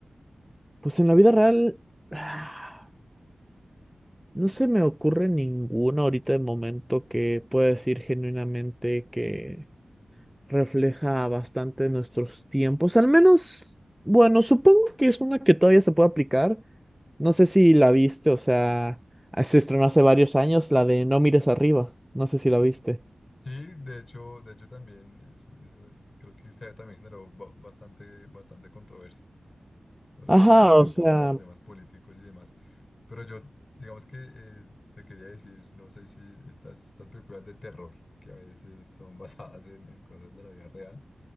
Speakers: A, in the centre; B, on the left.
A: pues en la vida real. <sighs> No se me ocurre ninguno ahorita de momento que pueda decir genuinamente que refleja bastante nuestros tiempos. Al menos, bueno, supongo que es una que todavía se puede aplicar. No sé si la viste, o sea, ah, se estrenó hace varios años, la de No mires arriba. No sé si la viste.
B: Sí, de hecho, de hecho también es- eso creo que se- también generó ba- bastante, bastante controversia, sobre
A: Ajá,
B: todo también
A: o sea,
B: por los temas políticos y demás. Pero yo, digamos que eh, te quería decir, no sé si estas, estas películas de terror, que a veces son <laughs> basadas en, en cosas de la vida real,